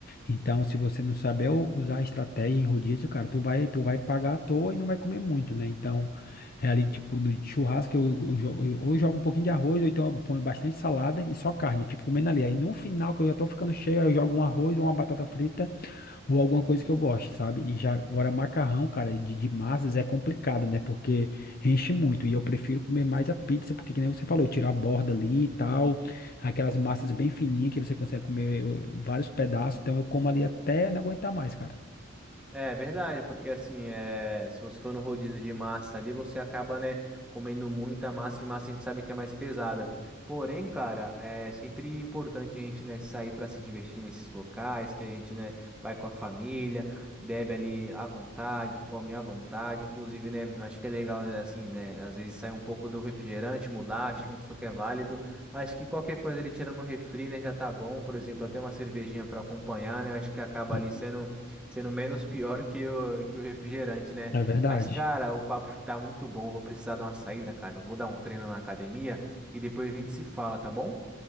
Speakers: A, on the left; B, in the centre.
A: Então, se você não saber u- usar a estratégia em rodízio, cara, tu vai, tu vai pagar à toa e não vai comer muito, né? Então, é ali, tipo, no churrasco, eu, eu, jogo- eu- ou eu jogo um pouquinho de arroz, ou então eu ponho bastante salada e só carne. Fico comendo ali. Aí, no final, que eu já tô ficando cheio, aí eu jogo um arroz ou uma batata frita ou alguma coisa que eu goste, sabe? E já agora macarrão, cara, de, de massas é complicado, né? Porque enche muito e eu prefiro comer mais a pizza, porque que nem você falou, tirar a borda ali e tal, aquelas massas bem fininhas que você consegue comer eh, vários pedaços, então eu como ali até não aguentar mais, cara.
B: É verdade, porque assim, é, se você for no rodízio de massa ali, você acaba, né, comendo muita massa e massa a gente sabe que é mais pesada. Porém, cara, é sempre importante a gente, né, sair para se divertir nesses locais, que a gente, né, vai com a família, bebe ali à vontade, come à vontade. Inclusive, né, eu acho que é legal, é, assim, né, às vezes sair um pouco do refrigerante, mudar, acho que um suco é válido, mas que qualquer coisa ali tirando um refri, né, já tá bom. Por exemplo, até uma cervejinha para acompanhar, né, eu acho que acaba
A: Sim.
B: ali sendo Sendo menos pior que o, que o refrigerante, né?
A: É verdade.
B: Mas, cara, o papo tá muito bom. Eu vou precisar dar uma saída, cara. Eu vou dar um treino na academia e depois a gente se fala, tá bom?